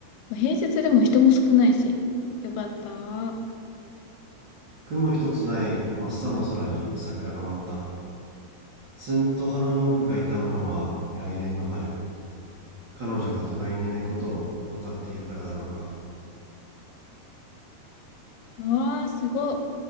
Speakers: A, on the left (about 80°); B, on the right (about 85°).
A: 平日でも人も少ないし。よかった。わ
B: 雲一つない真っ青の空に桜が舞ったツンと鼻の奥が痛むのは来年の春彼女が隣にいないことを分かっているからだろうか
A: ー、すごい。